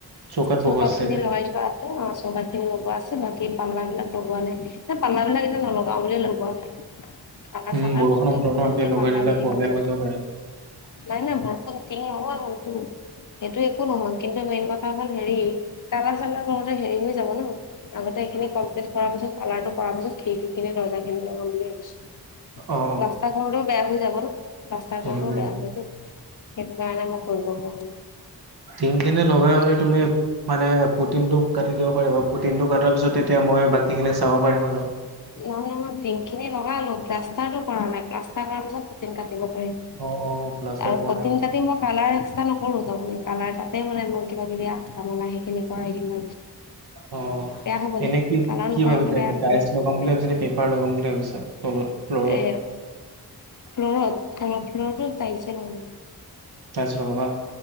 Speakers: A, on the right; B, on the left.
A: চৌকাত
B: চৌকাথ
A: বহোৱা আছে চাগে
B: খিনি লগাই থোৱা আছে। অ চৌকাত খিনি লগোৱা আছে বাকী পাল্লা বিলাক লগোৱা নাই। নাই পাল্লা বিলাক এতিয়া নলগাও বুলিয়ে লগোৱা নাই। খানা
A: উম
B: চামাৰ
A: বৰষুণৰ
B: বত
A: বতৰ ন এতিয়া লগাই
B: পাল্লা
A: দিলে
B: হেৰি
A: প্ৰব্লেম
B: হৈ যাব
A: পাৰে
B: <unintelligible> নাই নাই বৰষুণ তিঙ লগোৱা হলটো। সেইটো একো নহয় কিন্তু মেইন কথা হল হেৰি, কালাৰ চালাৰ কৰতে হেৰি হৈ যাব ন। আগতে এইখিনি কমপ্লিট কৰাৰ পিছত কালাৰটো কৰাৰ পিছত খিৰিকী খিনি, দৰ্জাখিনি লগাম বুলি ভাবিছো।
A: অ অ
B: প্লাষ্টাৰ কৰোটোও বেয়া হৈ যাব ন প্লাষ্টা
A: উম
B: কৰোটোও বেয়া হৈ যায় সেইটো কাৰণে মই কৰিব পৰা নাই।
A: টিঙখিনি লগাই হলে তুমি মানে পুতিনটো কাটি দিব পাৰিব পুটিনটো কটাৰ পিছত তেতিয়া। মই বাকী খিনি চাব পাৰিম আৰু।
B: নহয় নহয় টিঙখিনি লগালো, প্লাষ্টাৰটো কৰা নাই প্লাষ্টাৰ কৰাৰ পিছত পুটিন ক
A: অ', অ', প্লাষ্টাৰ
B: আৰু
A: কৰা
B: কঠিন
A: নাই মানে
B: কাটিন মই কালাৰ চেষ্টা নকৰো। তাৰমানে কালাৰ তাতে মানে মই কিবা কিবি মানে সেইখিনি কৰাই দিম।
A: অ'
B: বেয়া হ'ব
A: এনে
B: নেকি
A: কি
B: কালাৰ
A: কি
B: নকৰাকে
A: ভাবিছা
B: বেয়া
A: এনে
B: নহয়
A: পাইলচ
B: ন
A: লগাম বুলি ভাবিছ নে পেপাৰ লগাম বুলি ভাবিছা? তলত ফ্ল'ৰত
B: এ ফ্ল'ত ফ্ল'ৰত তাইলচে লগাম।
A: চ লগাবা।